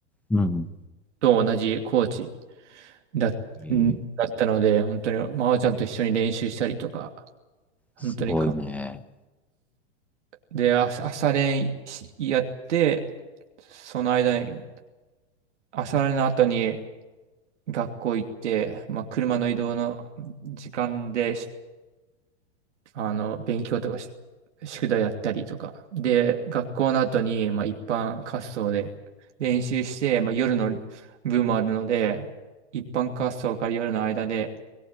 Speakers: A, in the centre; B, on the right.
A: うん。
B: と同じコーチだ、
A: うん
B: んだったので、本当に真央ちゃんと一緒に練習したりとか、本当にか、
A: すごいね。
B: で、朝朝練しやって、その間に、朝練の後に学校行って、まあ、車の移動の時間であの、勉強とかして、宿題やったりとか。で、学校の後に、まあ、一般滑走で練習して、まあ、夜の部もあるので、一般滑走から夜の間で